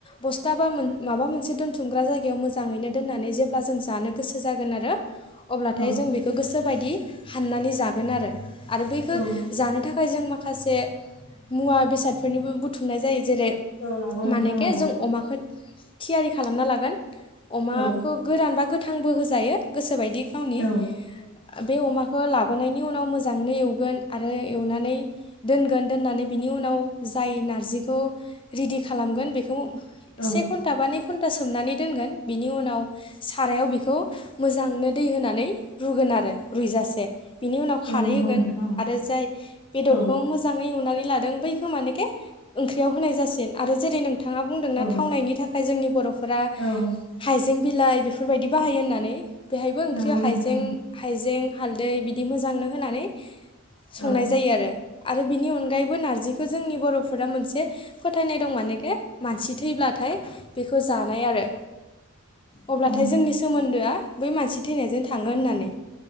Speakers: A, on the left; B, on the left.
A: बस्था बा माबा मोनसे दोनथुमग्रा जायगायाव मोजाङैनो दोननानै जेब्ला जों जानो गोसो जागोन आरो। अब्लाथाय
B: औ
A: जों बेखौ गोसोबायदि हाननानै जागोन आरो आरो बैखौ
B: औ
A: जानो थाखाय जों माखासे मुवा बेसादफोरनिबो बुथुमनाय जायो। जेरै
B: औ नंगौ नोंथां
A: मानेखे
B: नंगौ
A: जों अमाखौ थियारि खालामना लागोन। अमाखौ
B: औ
A: गोरान बा गोथांबो होजायो गोसोबायदि गावनि
B: औ
A: बे अमाखौ लाबोनायनि उनाव मोजाङै एवगोन आरो एवनानै दोनगोन दोननानै बिनि उनाव जाय नारजिखौ रेडि खालाम गोन बेखौ
B: औ
A: सेघन्टा बा नै घन्टा सोमनानै दोनगोन बिनि उनाव सारायाव बेखौ मोजांनो दै होनानै रुगोन। आरो रुयजासे बिनि उनाव खारै
B: औ नंगौ
A: होगोन
B: नोंथां
A: आरो जाय बेदरखौ
B: औ
A: मोजांङै एवनानै लादों बैखौ मानेेखे ओंख्रियाव होनाय जासिन आरो जेरै नोंथाङा बुंदोंना
B: औ
A: थावनायनि थाखाय जोंनि बर'फोरा
B: औ
A: हाइजें बिलाइ बेफोरबायदि बाहायो होननानै बेहायबो ओंख्रियाव
B: नंगौ
A: हाइजें
B: नोंथां
A: हाइजें हालदै बिदि मोजांनो होनानै संनाय
B: औ
A: जायो आरो। आरो बिनि अनगायैबो नारजिखौ जोंनि बर'फोरा मोनसे फोथायनाय दं मानेखे मानसि थैब्लाथ' थाय बेखौ जानाय आरो अब्लाथाय
B: औ
A: जोंनि सोमोन्दोआ बै मानसि थैनायजों थांगोन होननानै